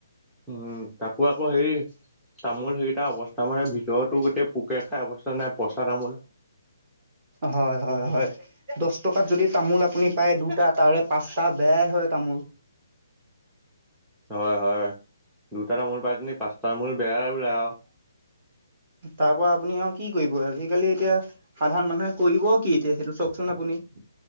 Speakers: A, in the centre; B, on the right.
A: উম, তাকো আকৌ হেৰি তামোল সেইকেইটা অৱস্থা মানে ভিতৰতো গোটেই পোকে খাই অৱস্থা নাই পচা তামোল।
B: হয়, হয়, হয় দছ টকাত যদি তামোল আপুনি পাই দুটা। তাৰে পাচটা বেয়াই হয় তামোল।
A: হয় হয় দুটা তামুল পাই তেি পাঁচটাৰ মূল বেয়াই বওলাই আৰু।
B: তাৰ পৰা আপুনি আৰু কি কৰিব আজিকালি এতিয়া। সাধাৰণ মানুহে কৰিব কি এতিয়া সেইটো চাওকচোন আপুনি।